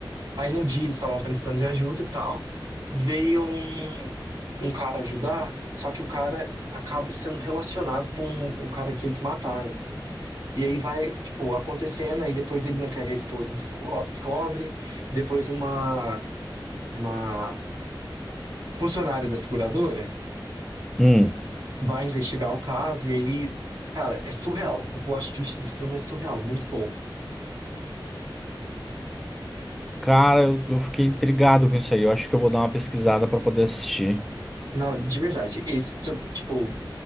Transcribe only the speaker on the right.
aí no dia eles estavam precisando de ajuda e tal, veio um, um cara ajudar, só que o cara acaba sendo relacionado com o cara que eles mataram. E aí vai, tipo, acontecendo, aí depois ele não quer que a esposa desco- descobre, depois uma, uma funcionária da seguradora
vai investigar o caso e aí, cara, é surreal. O plot twist desse filme é surreal, muito bom.
Não, de verdade, esse, ti- tipo,